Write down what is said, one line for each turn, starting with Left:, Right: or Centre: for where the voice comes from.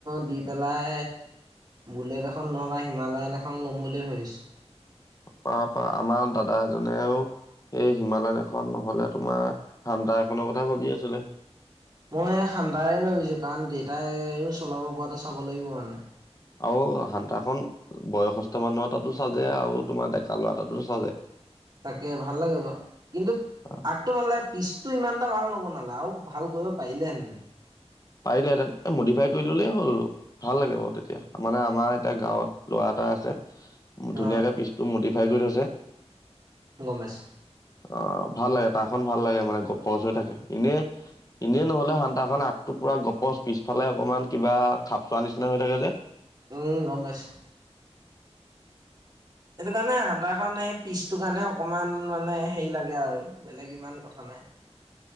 Right: দি পেলাই বুলেট এখন নহ'বা হিমালয়ন এখন ল'ম বুলি ভাবিছোঁ।
Left: পা-পা আমাৰ দাদা এজনেও এই হিমালয়াখন এখন নহ'লে, তোমাৰ হান্তা এখনৰ কথা ভাবি আছিলে।
Right: মই খান্দাৰে ভাবিছো কাৰণ দেউতাইও চলাব পৰাটো চাব লাগিব মানে।
Left: আৰু হান্তাখন বয়সস্থ মানুহৰ তাতো চাজে, আৰু তোমাৰ ডেকা ল'ৰা তাতো চাজে।
Right: তাকে ভাল লাগে বাৰু, কিন্তু
Left: আহ,
Right: আগটো ভাল লাগে পিছ। তোৰ ইমান এটা ভাল নব নালা আৰু ভাল কৰিব পাৰিলে হেন।
Left: পাৰিলেহেঁতেন এ মডিফাই কৰি ললেই হ'ল। ভাল লাগে বাৰু তেতিয়া, মানে আমাৰ এতিয়া গাঁৱত ল'ৰা এটা আছে। ধুনীয়াকে
Right: অ'
Left: পিচটো মডিফাই কৰি থৈছে।
Right: গম পাইছ
Left: অঁ ভাল লাগে তা খন ভাল লাগে মানে গপৰচ হৈ থাকে এনে এনেই নহলে সান্তাখন আ টো পুৰা গপচ পিছফালে অকনমান কিবা খাপ খোৱা নিচিনা হৈ থাকে যে
Right: উম, গম পাইছোঁ। সেইটো কাৰণে, হান্তাখন সেই পিচটো কাৰণে অকমান মানে‌ হেৰি লাগে। আৰু বেলেগ ইমান কথা নাই। <unintelligible>